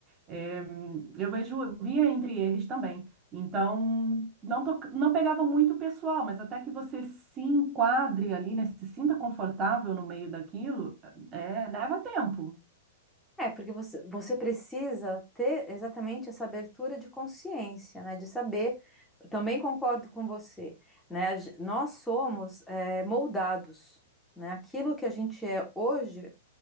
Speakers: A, on the right; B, in the centre.
A: É, eu vejo, via entre eles também. Então, não, to- não pegava muito pessoal, mas até que você se enquadre ali, né? Se sinta confortável no meio daquilo, é, leva tempo.
B: É, porque você, você precisa ter exatamente essa abertura de consciência, né? De saber. eu Também concordo com você, né? a gen- Nós somos eh, moldados, né? Aquilo que a gente é hoje